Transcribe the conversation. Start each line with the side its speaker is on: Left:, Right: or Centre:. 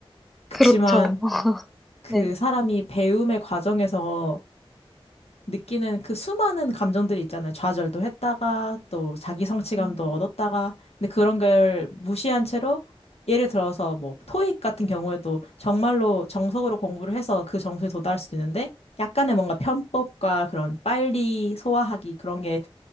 Left: 그치만
Centre: 그렇죠. <laughs>
Left: 그
Centre: 네.
Left: 사람이 배움의 과정에서 느끼는 그 수많은 감정들이 있잖아요. 좌절도 했다가 또 자기 성취감도
Centre: 음,
Left: 얻었다가 근데 그런 걸 무시한 채로 예를 들어서 뭐 토익 같은 경우에도 정말로 정석으로 공부를 해서 그 점수에 도달할 수도 있는데 약간의 뭔가 편법과 그런 빨리 소화하기 그런 게